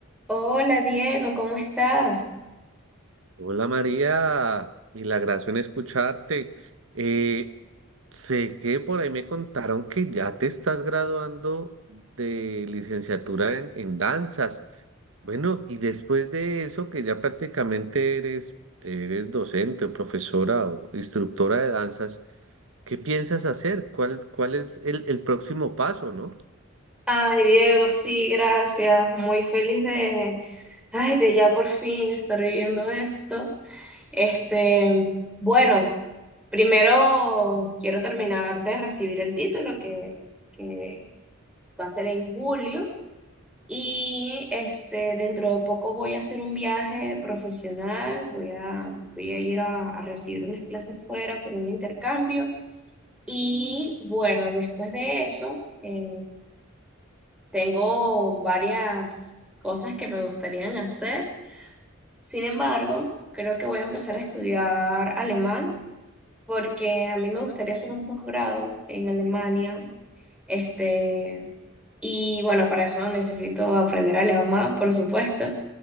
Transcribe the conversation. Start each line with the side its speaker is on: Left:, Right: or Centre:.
Centre: Hola Diego, ¿cómo estás?
Right: Hola María, milagrazo en escucharte. Eh, sé que por ahí me contaron que ya te estás graduando de licenciatura en, en danzas. Bueno, y después de eso, que ya prácticamente eres, eres docente o profesora o instructora de danzas, ¿qué piensas hacer? ¿Cuál, cuál es el, el próximo paso, no?
Centre: Ay, Diego, sí, gracias. Muy feliz de, ay, de ya por fin estar viviendo esto. Este, bueno, primero quiero terminar de recibir el título que, que va a ser en julio. Y este, dentro de poco voy a hacer un viaje profesional. Voy a, voy a ir a, a recibir unas clases fuera por un intercambio. Y bueno, después de eso. eh, Tengo varias cosas que me gustarían hacer. Sin embargo, creo que voy a empezar a estudiar alemán porque a mí me gustaría hacer un posgrado en Alemania. Este, y bueno, para eso necesito aprender alemán, por supuesto,